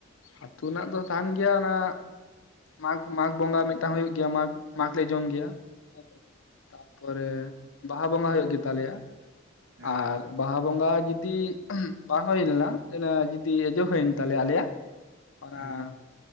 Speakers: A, on the left; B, on the right.
A: ᱟᱹᱛᱩ ᱨᱮᱱᱟᱜ ᱫᱚ ᱛᱟᱸᱦᱮᱱ ᱜᱮᱭᱟ ᱚᱱᱟ ᱢᱟᱜᱽ ᱢᱟᱜᱽ ᱵᱚᱸᱜᱟ ᱢᱤᱫᱴᱟᱝ ᱦᱩᱭᱩᱜ ᱜᱮᱭᱟ ᱢᱟᱜᱽ᱾ ᱢᱟᱜᱽ ᱞᱮ ᱡᱚᱢ ᱜᱮᱭᱟ ᱦᱮᱸ ᱛᱟᱯᱚᱨᱮ ᱵᱟᱦᱟ ᱵᱚᱸᱜᱟ ᱦᱩᱭᱩᱜ ᱜᱮ ᱛᱟᱞᱮᱭᱟ᱾
B: ᱦᱮᱸ
A: ᱟᱨ ᱵᱟᱦᱟ ᱵᱚᱸᱜᱟ ᱡᱩᱫᱤ ᱵᱟᱝ ᱦᱩᱭ ᱞᱮᱱᱟ <unintelligible> ᱦᱩᱭᱮᱱ
B: ᱦᱮᱸ
A: ᱛᱟᱞᱮᱭᱟ ᱟᱞᱮᱭᱟᱜ ᱚᱱᱟ
B: ᱦᱮᱸ